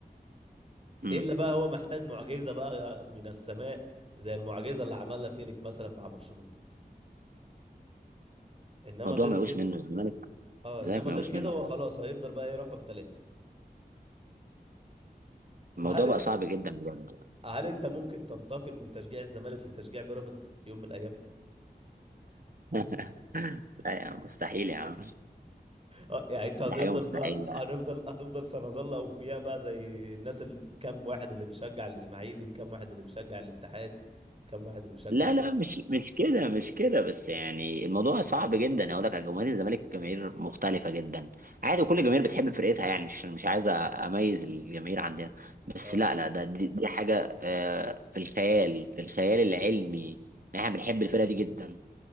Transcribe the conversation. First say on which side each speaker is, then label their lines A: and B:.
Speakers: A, on the right; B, on the right.
A: مم.
B: الا بقى هو محتاج معجزه بقى من السماء زي المعجزه اللي عملها فيليك مثلا مع برشلونه انما
A: الموضوع
B: غير
A: ما
B: كده
A: يقوس منه الزمالك
B: اه
A: الزمالك
B: انما
A: ما
B: غير
A: يقوس
B: كده
A: منه
B: هو
A: خالص
B: خلاص هيفضل بقى ايه رقم ثلاثه فهل
A: الموضوع
B: انت
A: بقى صعب جدا بجد
B: هل انت ممكن تنتقل من تشجيع الزمالك لتشجيع بيراميدز في يوم من الايام؟
A: <laughs> لا يا عم مستحيل يا عم
B: اه يعني انت
A: دي
B: هتفضل
A: حاجه مستحيله
B: بقى هنفضل هتفضل سنظل اوفياء بقى زي الناس الكام واحد اللي بيشجع الاسماعيلي الكام واحد اللي بيشجع الاتحاد كام واحد اللي بيشجع
A: لا
B: بقى
A: لا مش مش كده مش كده بس يعني الموضوع صعب جدا اقول لك على جماهير الزمالك جماهير مختلفه جدا عادي وكل جماهير بتحب فرقتها يعني مش مش عايز اميز الجماهير عندنا بس
B: اه
A: لا لا ده دي, دي حاجه آه، في الخيال في الخيال العلمي إن احنا بنحب الفرقه دي جدا